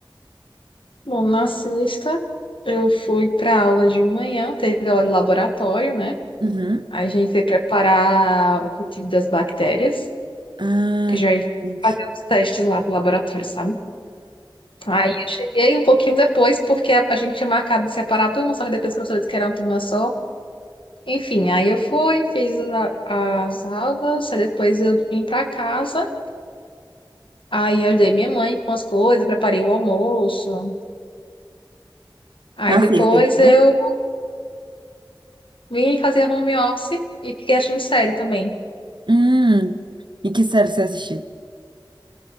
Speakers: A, on the left; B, on the right.
A: Bom, na sexta eu fui pra aula de manhã, teve aula de laboratório, né?
B: Uhum.
A: A gente foi preparar o cultivo das bactérias,
B: Ah,
A: que a gente
B: entendi.
A: vai fazer os testes lá do laboratório, sabe? Aí eu cheguei um pouquinho depois, porque a a gente tinha marcado de separar a turma, só que depois os professores que era uma turma só. Enfim, aí eu fui, fiz a- as aulas, aí depois eu vim pra casa. Aí ajudei minha mãe com as coisas, preparei o almoço. Aí
B: Na
A: depois
B: sexta, isso,
A: eu
B: né?
A: vim fazer home office e fiquei assistindo série também.
B: Hum. E que série você assistiu?